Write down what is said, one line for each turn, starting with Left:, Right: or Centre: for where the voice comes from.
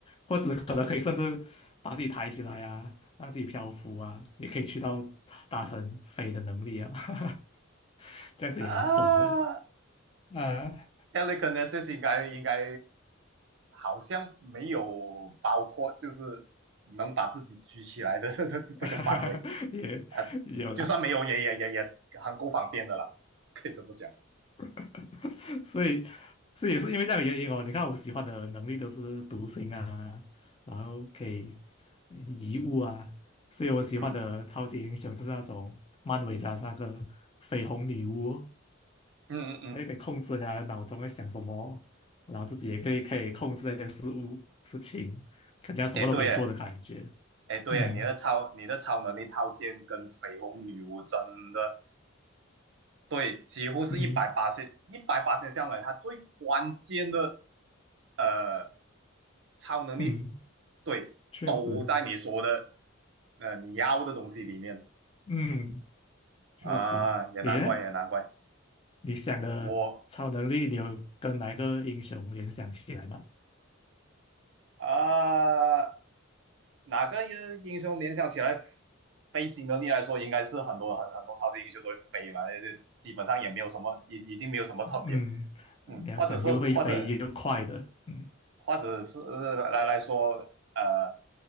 Left: 或者可能可以甚至把自己抬起来啊，让自己漂浮啊，也可以去到达成飞的能力啊，<laughs> 这样子也蛮爽的
Right: 啊
Left: 啊，
Right: ，telekinesis 应该应该好像没有包括，就是能把自己举起来的 <laughs> 这这这个范围
Left: <laughs> 也也有啦。
Right: 啊，就算没有也也也也很够方便的啦，可以这么讲，
Left: <laughs> 所以，所以也是因为这样的原因哦。你看，我喜欢的能力都是独行啊，然后可以移物啊，所以我喜欢的超级英雄就是那种漫威的那个绯红女巫，
Right: 嗯嗯嗯嗯，
Left: 还可以控制人家脑中在想什么，然后自己也可以可以控制那些事物事情，感觉她什么都可以做的感觉。
Right: 哎、嗯对耶。哎，对啊，
Left: 嗯
Right: 你的超你的超能力套件跟绯红女巫真的对，几乎是一百八十一百八十上来，
Left: 嗯
Right: 它最关键的呃超能力，
Left: 嗯，
Right: 对，
Left: 确实，
Right: 都在你说的呃你要的东西里面
Left: 嗯确实，
Right: 啊，也难怪也难怪
Left: 你呢？你想的超能力，
Right: 我
Left: 你有跟哪一个英雄联想起来吗？
Right: 啊、哪个英雄联想起来飞行能力来说，应该是很多很很多超级英雄都会飞嘛，那就基本上也没有什么，已已经没有什么特别。
Left: 嗯，
Right: 嗯，
Left: 你要想又会飞又快的，
Right: 或者是或者
Left: 嗯
Right: 或者是呃来来说，呃，